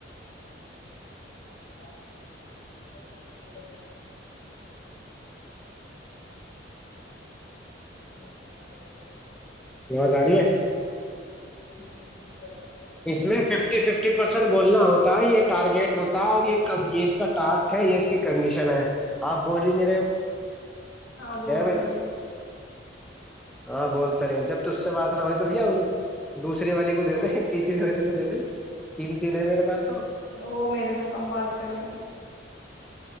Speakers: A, on the left; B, in the centre.
A: سٹ ب چوڑ گچۃ آس م کر
B: آواز آ رہی ہے
A: ب ہے
B: اس میں ففٹی ففٹی پرسینٹ بولنا ہوتا یہ ٹارگیٹ ہوتا ہے اور یہ ک یہ اس کا ٹسک ہے یہ اس کی کنڈیشن ہے آپ بول ہی لے رہے ہو
A: ہاں بول
B: بھائی
A: تو رہی
B: ہاں بول تو رہی جب ت اس سے بسلہ ہو توب دوسری والی کو دتے تیسری والی کو دے دیں تین تین ہے میرے پاس تو
A: وہ میرے سے کم بات کریں گے